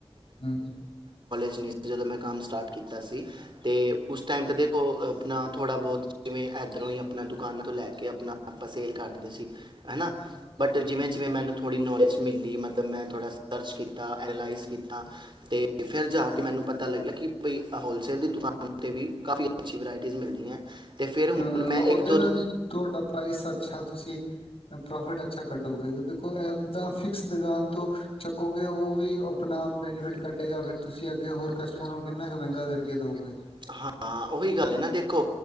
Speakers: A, on the left (about 65°); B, on the right (about 50°).
A: ਹੂੰ
B: ਨੀਂ ਜਦੋਂ ਮੈਂ ਕੰਮ ਸਟਾਟ ਕੀਤਾ ਸੀ। ਉਸ ਟਾਈਮ ਤਾਂ ਦੇਖੋ ਆਪਣਾ ਥੋੜ੍ਹਾ ਬਹੁਤ ਜਿਵੇਂ ਇੱਧਰੋਂ ਹੀ ਆਪਣਾ ਦੁਕਾਨਾਂ ਤੋਂ ਲੈ ਕੇ ਆਪਣਾ ਆਪਾਂ ਸੇਲ ਕਰ ਦਿੰਦੇ ਸੀ। ਹਨਾ
A: ਹੂੰ
B: ਬਟ ਜਿਵੇਂ, ਜਿਵੇਂ ਮੈਨੂੰ ਥੋੜ੍ਹੀ ਨੌਲੇਜ ਮਿਲੀ ਮਤਲਬ ਮੈਂ ਥੋੜ੍ਹਾ ਸਰਚ ਕੀਤਾ ਐਨਲਾਈਜ਼ ਕੀਤਾ। ਤੇ ਫਿਰ
A: ਹੂੰ
B: ਜਾ ਕੇ ਮੈਨੂੰ ਪਤਾ ਪਤਾ ਲੱਗਿਆ, ਕਿ ਬਈ ਹੋਲਸੇਲ ਦੀ ਦੁਕਾਨ। ਤੇ ਵੀ ਕਾਫੀ ਅੱਛੀ ਵਰਾਇਟੀਜ਼ ਮਿਲਦੀਆਂ। ਤੇ ਫਿਰ ਹੁਣ
A: ਹੂੰ
B: ਮੈਂ
A: ਉਹਦੇ
B: ਇੱਕ ਦੋ
A: ਨਾਲ
B: ਦੁ-
A: ਤੁਹਾਡਾ ਪ੍ਰਾਈਜ਼ ਅੱਛਾ ਤੁਸੀਂ, ਪ੍ਰੋਫਿਟ, ਅੱਛਾ ਕੱਢੋਗੇ ਦੇਖੋ ਇਹ, ਦਾ ਫਿਰ, ਦੁਕਾਨ ਤੋਂ ਚੱਕੋਗੇ ਉਹ ਵੀ ਆਪਣਾ ਬੈਨੀਫਿਟ
B: <unintelligible>
A: ਕੱਢੇਗਾ ਫਿਰ ਤੁਸੀਂ ਅੱਗੇ ਹੋਰ ਕਸਟਮਰ ਨੂੰ ਕਿੰਨਾ ਕੁ ਮਹਿੰਗਾ ਕਰਕੇ ਦੋਗੇ
B: ਹਾਂ ਉਹੀ ਗੱਲ ਹੈ ਨਾ ਦੇਖੋ।